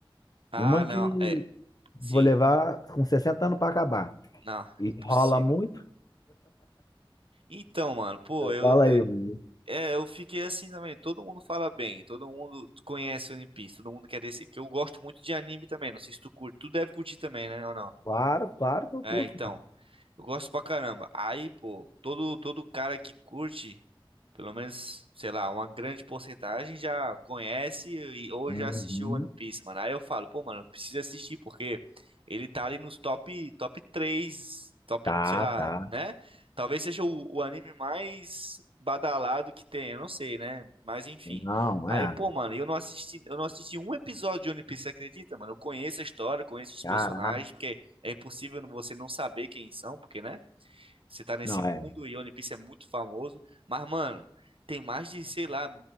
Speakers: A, on the right; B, on the left.
A: Ah,
B: Uma
A: não,
B: que
A: é,
B: vou
A: sim,
B: levar com 60 anos pra acabar.
A: não,
B: E
A: impossível.
B: rola muito.
A: Então, mano, pô, eu,
B: Fala aí. mano.
A: É, eu fiquei assim também. Todo mundo fala bem, todo mundo conhece One Piece, todo mundo quer desse. Porque eu gosto muito de anime também. Não sei se tu curte. Tu deve curtir também, né? Ou não?
B: Claro, claro que eu
A: É,
B: curto,
A: então.
B: cara.
A: Eu gosto pra caramba. Aí, pô, todo, todo cara que curte, pelo menos, sei lá, uma grande porcentagem já conhece e, ou
B: Uhum.
A: já assistiu One Piece, mano. Aí eu falo, pô, mano, precisa assistir porque ele tá ali nos top, top 3, top,
B: Tá,
A: sei lá,
B: tá.
A: né? Talvez seja o, o anime mais badalado que tem, eu não sei, né? Mas enfim.
B: Não,
A: Aí,
B: é.
A: pô, mano, eu não assisti, eu não assisti um episódio de One Piece, você acredita, mano? Eu conheço a história, conheço os personagens,
B: Caraca.
A: porque é impossível você não saber quem são, porque, né? Você tá nesse
B: Não,
A: mundo
B: é.
A: e One Piece é muito famoso. Mas, mano, tem mais de, sei lá,